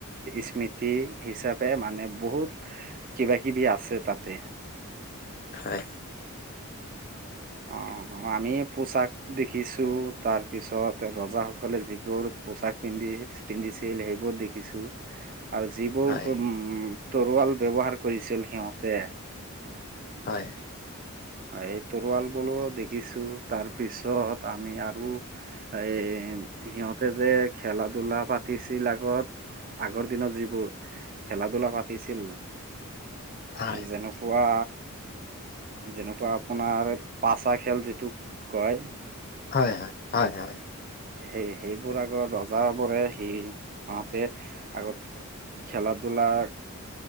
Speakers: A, on the right; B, on the left.
A: স্মৃতি হিচাপে মানে বহুত কিবা কিবি আছে তাতে
B: হয়।
A: অ', আমি পোচাক দেখিছো তাৰ পিছত ৰজাসকলে যিবোৰ পোছাক পিন্ধি পিন্ধিছিল সেইবোৰ দেখিছোঁ আৰু যিবোৰ
B: হয়
A: উম তৰোৱাল ব্যৱহাৰ কৰিছিল সিহঁতে
B: হয়
A: এই তৰোৱাল বোলো দেখিছো তাৰপিছত আমি আৰু এ সিহঁতে যে খেলা ধূলা পাতিছিল আগত আগৰ দিনত যিবোৰ খেলা ধূলা পাতিছিল
B: হয়
A: যেনেকুৱা যেনেকুৱা আপোনাৰ পাচা খেল যিটো কয়
B: হয়, হয়, হয়, হয়
A: সেই সেইবোৰ আগত ৰজ বোৰে সি সহতে আগত খেলা দু লাখ